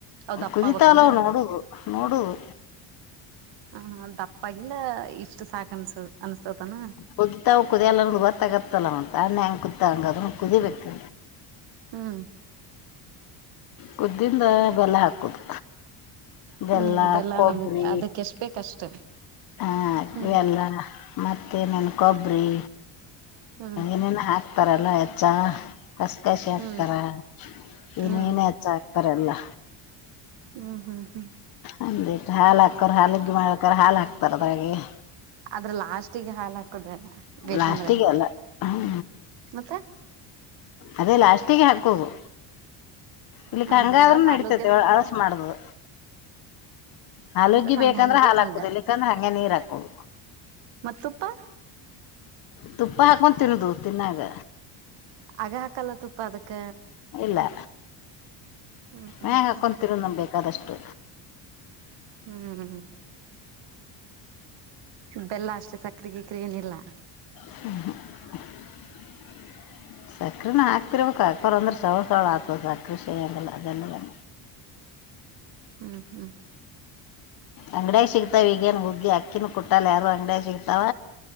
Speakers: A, on the right; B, on the left.
A: ಅವ್ ದಪ್ಪ
B: ಕುದಿತಾವಲ್ಲ್
A: ಆಗ್ಬಕನ
B: ನೋಡುದು ನೋಡುದು
A: ಹ ದಪ್ಪಾಗಿಂದ ಇಷ್ಟ ಸಾಕ್ ಅನ್ಸ ಅನ್ಸ್ತತನ
B: ಕುದತಾವ ಕುದಿಯಲ್ಲನ್ನುದ ಗೊತ್ತಾಗತ್ತಲ್ಲ ಮತ್ ಅನ್ನ ಹೆಂಗೆ ಕೂದಿತಾವ್ ಹಂಗ ಅದುನ್ನು ಕುದೀಬೇಕು.
A: ಹ್ಮು.
B: ಕುದ್ದಿಂದ ಬೆಲ್ಲ ಹಾಕೋದು. ಬೆಲ್ಲ
A: ಹ್ಮ್
B: ಕೊಬ್ಬರಿ
A: ನಮ್ಗೆ ಅದಕ್ ಎಷ್ಟ ಬೇಕಷ್ಟ
B: ಹಾ
A: ಹ್ಮ್
B: ಎಲ್ಲಾ ಮತ್ತೆನ ನನ್ನ ಕೊಬ್ಬರಿ
A: ಹು.
B: ಏನೆನ್ ಹಾಕ್ತಾರಲ್ಲಾ ಎಚ್ಚಾ ಕಸ್ ಕಸಿ ಹಾಕ್ತಾರ
A: ಹ್ಮ್
B: ಏನೆನ
A: ಹ್ಮ್
B: ಎಚ್ಚ ಹಾಕ್ತ ಬರಲ್ಲಾ
A: ಹ್ಮ್ ಹ್ಮ್ ಹ್ಮು.
B: ಒಂದಿಟ್ ಹಾಲ ಹಾಕೋರ್ ಹಾಲುಗ್ಗಿ ಮಾಡ್ಬೆಕಾರ್ ಹಾಲ್ ಹಾಕ್ತಾರ ಅದ್ರೆಗೆನ
A: ಆದ್ರ ಲಾಸ್ಟಿಗೆ ಹಾಲ್ ಹಾಕುದ್ ಬೇಕಂದ್ರೆ
B: ಲಾಸ್ಟಿಗೆ ಅಲ್ಲ ಹ್ಞೂ
A: ಮತ್ತೆ
B: ಅದೇ ಲಾಸ್ಟಿಗೆ ಹಾಕುದು. ಇಲ್ಲಿಕ
A: ಹ
B: ಹಂಗ
A: ಹ
B: ಆದ್ರೂನು
A: ಅವ್ರ ಹಾಲುದ್ಯ
B: ನಡಿತದೆ ಅಲಸು ಮಾಡ್ದುದು ಹಾಲುಗ್ಗಿ
A: ಅಂದ್ರ ನಮ್ಗೆ
B: ಬೇಕಂದ್ರೆ
A: ಹೆಂಗ್ ಬೇಕ್
B: ಹಾಲ್
A: ಹಂಗ
B: ಹಾಕುದು ಇಲ್ಲಿಕ್ಕಂದ್ರೆ ಹಂಗೆ ನೀರ್ ಹಾಕುದು.
A: ಮತ್ ತುಪ್ಪಾ
B: ತುಪ್ಪ ಹಾಕೊಂದು ತಿನ್ನೋದು ತಿನ್ನಾವಾಗ
A: ಆಗ ಹಾಕಲ್ಲ ತುಪ್ಪ ಅದಕ್ಕ
B: ಇಲ್ಲಾ
A: ಹ್ಮ್ ಹ್ಮ್
B: ಮ್ಯಾಗ ಹಾಕೊಂಗ
A: ಹ್ಮ್
B: ತಿನ್ನುದ ನಮ್ಗ ಬೇಕಾದಷ್ಟು.
A: ಹ್ಮು ಹ ಹ. ಬೆಲ್ಲ ಅಷ್ಟೆ ಸಕ್ಕ್ರೀ ಗಿಕ್ರ ಏನಿಲ್ಲ
B: ಹ್ಮ <inaudible>
A: <inaudible>
B: ಸಕ್ರಿನ ಹಾಕ್ತಿರ್ಬೇಕು ಹಾಕೋರ ಅಂದ್ರೆ ಸೌಳ್ ಸೌಳ್ ಆಗ್ತದೆ ಸಕ್ರರೆ ಸಿವ ಆಗಲ್ಲ ಬೆಲ್ಲದಂಗ.
A: ಹ್ಮ್ ಹ್ಮ್.
B: ಅಂಗಡ್ಯಾಗ ಸಿಗ್ತಾವೀಗೇನ್ ಹುಗ್ಗಿ ಅಕ್ಕಿನ ಕುಟ್ಟಲ್ಲ ಯಾರೋ ಅಂಗಡ್ಯಾಗ ಸಿಗ್ತಾವ